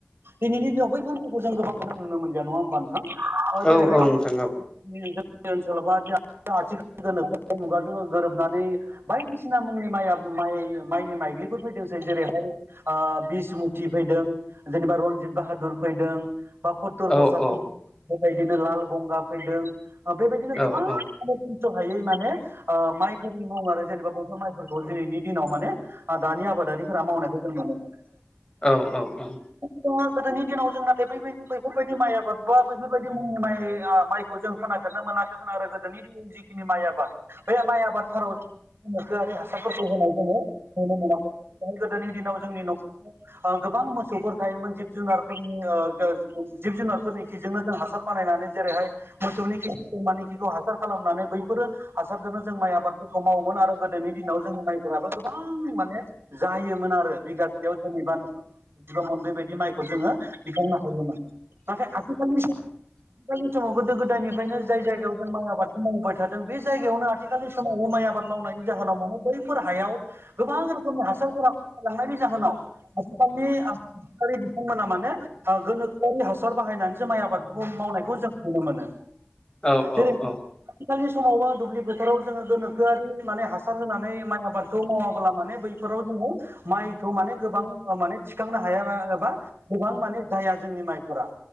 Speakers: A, on the right; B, on the left.
A: दिनैनि दिनाव बै फोरबोखौ जों गोबांखौनो नुनो मोनलिया नङा होमबा नोंथां जेरैहाय
B: औ औ नोंथां
A: जोंनि ओनसोलाव बा आथिखाल गोनोखो मुगाजों गोरोबनानै बायदिसिना मुंनि माइया आब माइ माइनि माइदलिफोरखौ फैदोंसै जेरैहाय ओ बिसमुथि फैदों जेनेबा रनजित बाहादुर फैदों बा खत्तुर
B: औ
A: पसात्तुर
B: औ औ
A: बेबायदिनो लाल गंगा फैदों ओ बेबायदिनो गोबां
B: औ औ
A: थिस हायै माने ओ माइफोरनि मुं आरो जेनेबा बबेबा माइफोरखौ दिनैनि दिनाव माने आ दानि आबादारिफोरा मावनायखौ जों नुनो मोनो।
B: औ औ औ।
A: जोङो गोदोनि दिनाव जों नाथाय बैबायदि बैफोरबायदि माइ आबाद बा बेैफोरबायदि मुंनि माइ आ माइखौ जों खोनाफेरनो मोनाखैमोन आरो गोदोनि जिखिनि माइ आबाद बे माइ आबादफोराव जों गोनोखोआरि हासारफोरखौ होनाय जोङो नुनो मोनाखै नाय गोदोनि दिनाव जोंनि नखर ओ गोबां मोसौफोर थायोमोन जिब जुनारफोरनि ओ जिब जुनारफोरनि खिजोंनो जों हासार बानायनानै जेरैहाय मोसौनि खि बोरमानि खिखौ हासार खालामनानै बैफोरो हासारजोंनो जों माइ आबादफोरखौ मावोमोन आरो गोदोनि दिनाव जोंनि माइफोराबो गोबां माने जायोमोन आरो बिगासेयाव जेनेबा बिबामोन बेबायदि माइखौ जोङो दिखांनो हायोमोन नाथाय आथिखालनि सो आथिखाललि समाव गोदो गोदायनिफ्रायनो जाय जायगायाव जों माइ आबादखौ मावबाय थादों बे जायगायावनो आथि खालनि समाव माइ आबाद मावनायनि जाहोनाव माने बैफोर हायाव गोबां समनि हासारफोरा खमिलांनायनि जाहोनाव <unintelligible> बिथांमोना माने गोनोखोआरि हासार बाहायनानैसो माइ आबाद मावनायखौ जों नुनो मोनो।
B: औ औ
A: जेरै
B: औ
A: आथिखालनि समावबा दुब्लि फोथाराव जोङो गोनोखोआरि माने हासार होनानै माइ आबादखौ मावा खला माने बै फोराव जोङो माइखौ माने गोबां माने थिखांनो हाया एबा गोबां माने जाया जोंनि माइफोरा